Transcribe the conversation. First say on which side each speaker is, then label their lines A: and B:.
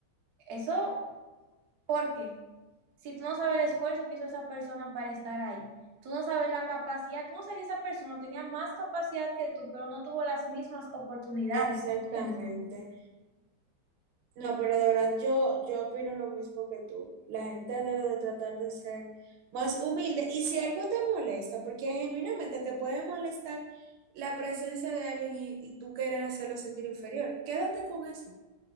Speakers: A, on the right; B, on the right.
A: Eso, ¿por qué? Si tú no sabes el esfuerzo que hizo esa persona para estar ahí, tú no sabes la capacidad, tú no sabes que esa persona tenía más capacidad que tú, pero no tuvo las mismas oportunidades,
B: Exactamente.
A: ¿entiendes?
B: No, pero de verdad yo, yo opino lo mismo que tú. La gente debe de tratar de ser más humilde y si algo te molesta, porque genuinamente te puede molestar la presencia de alguien y, y tú querer hacerlo sentir inferior, quédate con eso.